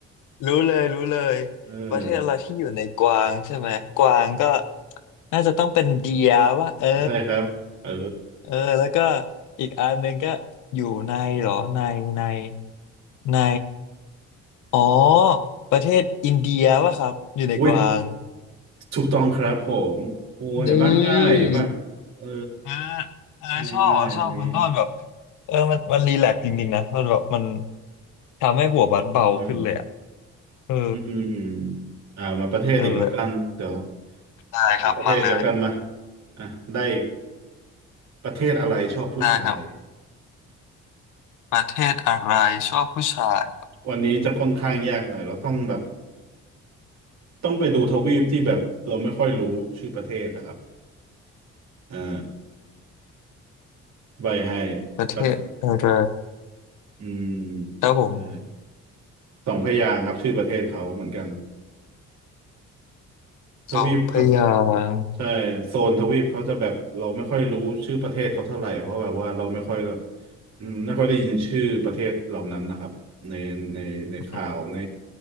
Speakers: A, on the left; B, on the right.
A: รู้เลยรู้เลย
B: เออ
A: ประเทศอะไรที่อยู่ในกวางใช่ไหมกวางก็น่าจะต้องเป็นเดียว่าเออ
B: ใช่ครับเออ
A: เออแล้วก็อีกอันหนึ่งก็อยู่ในเหรอในในในอ๋อประเทศอินเดียว่าครับอยู่ในกวาง
B: อุ้ยถูกต้องครับผมโอ้เห็นป่ะง่ายเห็นป่ะ
A: นี่
B: เออ
A: เออเออชอบอ่ะชอบคุณต้นแบบ
B: ง่ายง่ายอันนี้
A: เออมันมันรีแลกซ์จริงๆนะมันแบบมันทำให้หัวบัดเบาขึ้นเลยอ่ะ
B: อืม
A: เออ
B: อืมอ่ามาประเทศอีกแล้วกันเดี๋ยว
A: นั่นแหละได้ครับมาเลย
B: เอกประเทศเดียวกันมาอ่ะได้อีกประเทศอะไรชอบผู้ชาย
A: ได้ครับประเทศอะไรชอบผู้ชาย
B: วันนี้จะค่อนข้างยากหน่อยเราต้องแบบต้องไปดูทวีปที่แบบเราไม่ค่อยรู้ชื่อประเทศนะครับอ่าใบให้
A: ประเทศอะไร
B: ประอืม
A: ครับผม
B: ใช่สองพยางค์ครับชื่อประเทศเขาเหมือนกันทวีปครับ
A: สองพยางค์
B: ใช่โซนทวีปเขาจะแบบเราไม่ค่อยรู้ชื่อประเทศเขาเท่าไหร่เพราะแบบว่าเราไม่ค่อยแบบอืมไม่ค่อยได้ยินชื่อประเทศเหล่านั้นนะครับในในในข่าวใน
A: อืม